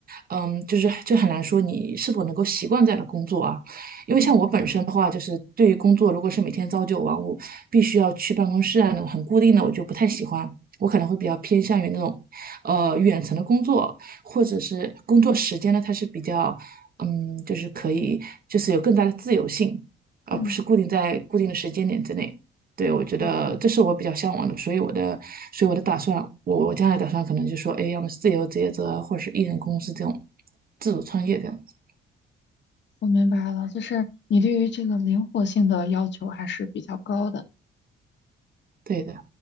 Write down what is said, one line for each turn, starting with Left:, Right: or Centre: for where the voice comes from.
Right: 嗯，就是就很难说你是否能够习惯这样的工作啊。因为像我本身的话，
Left: 嗯
Right: 就是对于工作，如果是每天朝九晚五，必须要去办公室啊，很固定的，我就不太喜欢。我可能会比较偏向于那种，
Left: 嗯
Right: 呃，远程的工作，或者是工作时间呢，
Left: 嗯
Right: 它是比较，嗯，就是可以，就是有更大的自由性，而不是固定在固定的时间点之内。
Left: 嗯
Right: 对，我觉得这是我比较向往的，
Left: 嗯，
Right: 所以我的，所以我的打算，我我将来打算可能就说，哎，要么是自由职业者啊或者是艺人公司这种自主创业这样子。
Left: 我明白了，就是你对于这个灵活性的要求还是比较高的。
Right: 对的，